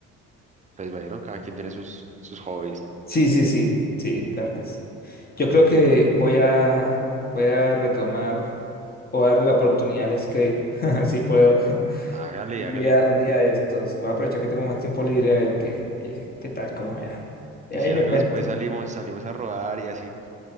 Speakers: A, on the right; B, on the left.
A: Pues bueno, cada quien tiene sus, sus hobbies.
B: Sí, sí, sí, sí, claro que sí. Yo creo que voy a, voy a retomar o darle la oportunidad al skate, <laughs> así puedo. <laughs>
A: Hágale,
B: Un
A: hágale.
B: día, un día de estos. Voy a aprovechar que tengo más tiempo libre a ver qué, qué, qué tal, cómo me da. Y
A: Y
B: ahí
A: si algo
B: le cuento.
A: después salimos, salimos a rodar y así.